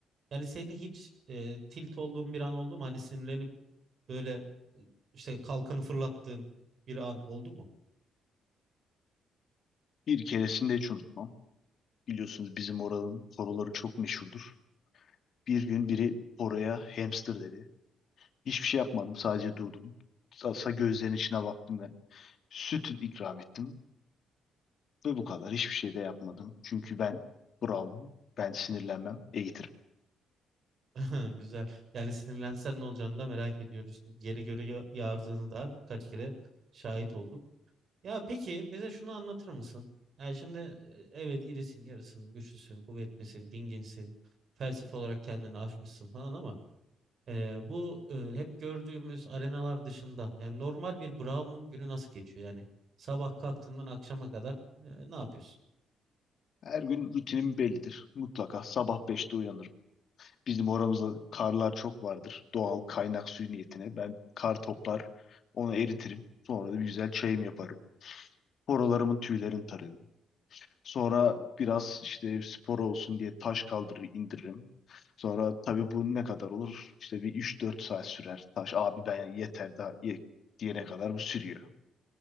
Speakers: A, on the right; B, on the left.
A: Yani seni hiç e, tilt olduğun bir an oldu mu? Hani sinirlenip böyle e, işte kalkanı fırlattığın bir an oldu mu?
B: Bir keresinde hiç unutmam. Biliyorsunuz bizim oranın poroları çok meşhurdur. Bir gün biri poroya hamster dedi. Hiçbir şey yapmadım. Sadece durdum. Sa gözlerinin içine baktım ve süt ikram ettim. Ve bu kadar. Hiçbir şey de yapmadım. Çünkü ben Brown'um. Ben sinirlenmem. Eğitirim.
A: <laughs> Ha, güzel. Yani sinirlensen ne olacağını da merak ediyoruz. Yeri göre ya- yağardığını da kaç kere şahit olduk. Ya peki bize şunu anlatır mısın? Yani şimdi e, evet irisin, yarısın, güçlüsün, kuvvetlisin, dinginsin. Felsefe olarak kendini aşmışsın falan ama e, bu e, hep gördüğümüz arenalar dışında yani normal bir Brahmin günü nasıl geçiyor? Yani sabah kalktığından akşama kadar e, ne yapıyorsun?
B: Her gün rutinim bellidir. Mutlaka sabah beşte uyanırım. Bizim oramızda karlar çok vardır. Doğal kaynak suyu niyetine. Ben kar toplar, onu eritirim. Sonra da bir güzel çayım yaparım. Horolarımın tüylerini tararım. Sonra biraz işte spor olsun diye taş kaldırır indiririm. Sonra tabii bu ne kadar olur? İşte bir üç dört saat sürer. Taş abi ben yani yeter daha ye, diyene kadar bu sürüyor.